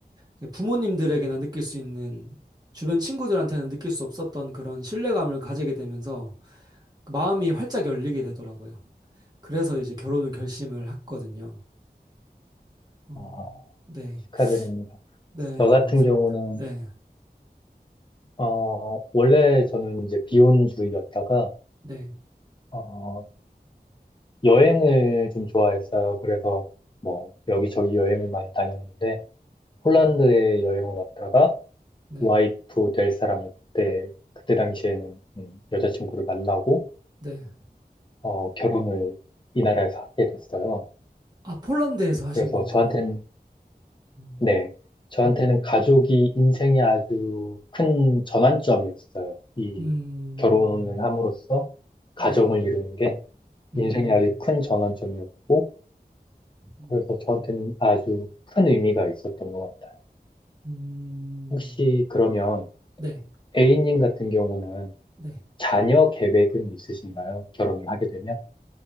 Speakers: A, on the right; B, on the left.
A: 이제 부모님들에게나 느낄 수 있는 주변 친구들한테는 느낄 수 없었던 그런 신뢰감을 가지게 되면서 그 마음이 활짝 열리게 되더라고요. 그래서 이제 결혼을 결심을 했거든요. 어,
B: 아,
A: 네.
B: 축하드립니다.
A: 네,
B: 저 같은
A: 감사합니다.
B: 경우는
A: 네.
B: 어, 원래 저는 이제 비혼주의였다가
A: 네.
B: 어, 여행을 좀 좋아했어요. 그래서 뭐 여기저기 여행을 많이 다녔는데 폴란드에
A: 네.
B: 여행을 왔다가
A: 네.
B: 와이프 될 사람을 그때, 그때 당시에는 음, 여자친구를 만나고,
A: 네.
B: 어, 결혼을 이 나라에서 하게 됐어요.
A: 아, 폴란드에서 하신
B: 그래서
A: 건가요?
B: 저한테는,
A: 음.
B: 네, 저한테는
A: 음.
B: 가족이 인생의 아주 큰 전환점이었어요. 이
A: 음.
B: 결혼을 함으로써 가정을
A: 네.
B: 이루는 게
A: 음.
B: 인생의 아주 큰 전환점이었고,
A: 음.
B: 그래서 저한테는 아주 큰 의미가 있었던 것 같아요.
A: 음,
B: 혹시 그러면
A: 네.
B: A님 같은 경우는
A: 네.
B: 자녀 계획은 있으신가요? 결혼을 하게 되면?